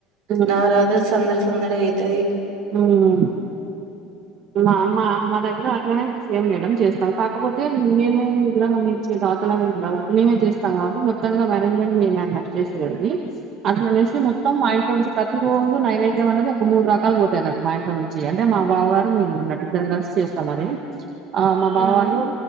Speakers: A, on the right; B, on the right.
A: హ్మ్
B: నవరాత్రలు సందడి సందడిగా అయితది
A: హ్మ్ మామ్ మా మా దగ్గర అట్లనే సేమ్ మేడం చేస్తాం కాకపోతే మేము విగ్రహాన్ని ఇచ్చేట అవతలయం కాబట్టి మేమే చేస్తాం కాబట్టి మొత్తంగా మేనేజ్మెంట్ మేమే అన్నట్టు చేసేడిది అట్లనేసి మొత్తం మా ఇంట్లో నుంచి ప్రతి రోజు నైవేద్యం అన్నది ఓ మూడు రకాలు పోతాయి అన్నట్టు మా ఇంట్లో నుంచి అంటే మా బావ గారు మేము ఉన్నట్టు ఇద్దరం కలిసి చేస్తాం మరి ఆ మా బావలు
B: మ్మ్